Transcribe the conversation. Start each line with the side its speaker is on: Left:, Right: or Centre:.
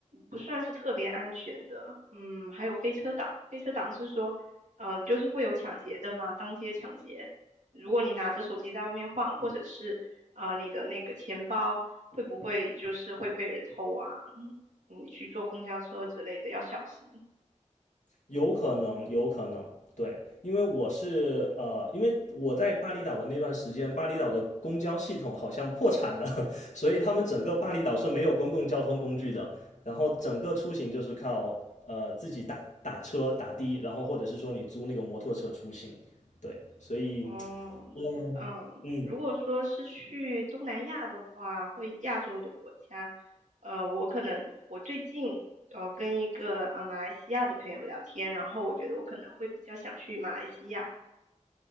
Right: 不算是特别安全的。嗯，还有飞车党，飞车党是说，嗯、就是会有抢劫的嘛，当街抢劫。如果你拿着手机在外面晃，或者是啊、呃你的那个钱包会不会就是会被人偷啊？嗯你去坐公交车之类的要小心。
Left: 有可能，有可能，对，因为我是呃，因为我在巴厘岛的那段时间，巴厘岛的公交系统好像破产了，<laughs> 所以他们整个巴厘岛是没有公共交通工具的，然后整个出行就是靠呃自己打打车打的，然后或者是说你租那个摩托车出行，对，所以，
Right: 哦，
Left: 嗯
Right: 嗯，
Left: 嗯
Right: 如果说是去东南亚的话，或亚洲的国家，呃，我可能我最近呃跟一个呃马来西亚的朋友聊天，然后我觉得我可能会比较想去马来西亚，